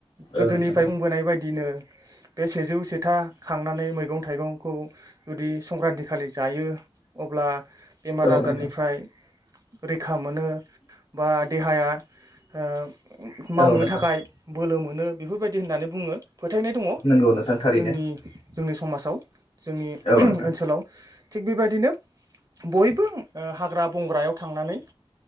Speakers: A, on the right; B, on the left.
A: गोदोनिफ्राय
B: औ नोंथां
A: बुंबोनाय बायदिनो बे सेजौ सेथा खांनानै मैगं थाइगंखौ जुदि संक्रान्ति खालि जायो अब्ला बेमार
B: औ
A: आजारनिफ्राय
B: नोंथां
A: रैखा मोनो बा देहाया- ओ मावनो
B: औ नोंथां
A: थाखाय बोलो मोनो बेफोरबायदि होननानै बुङो। फोथायनाय दङ
B: नंगौ नोंथां थारैनो
A: जोंनि जोंनि समाजाव जोंनि
B: औ नोंथां
A: ओनसोलाव थिग बेबायदिनो बयबो ओ हाग्रा बंग्रायाव थांनानै-